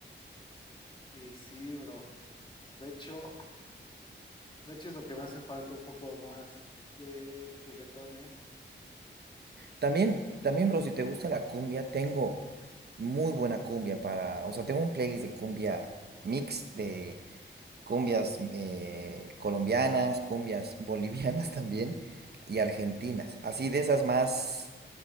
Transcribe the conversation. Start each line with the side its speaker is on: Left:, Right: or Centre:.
Left: Y sí, bro. De hecho, de hecho es lo que me hace falta un poco más de reggaetón, ¿eh?
Right: También, también, bro, si te gusta la cumbia, tengo muy buena cumbia para, o sea, tengo un playlist de cumbia mix de cumbias eh, colombianas, cumbias <laughs> bolivianas también y argentinas, así de esas más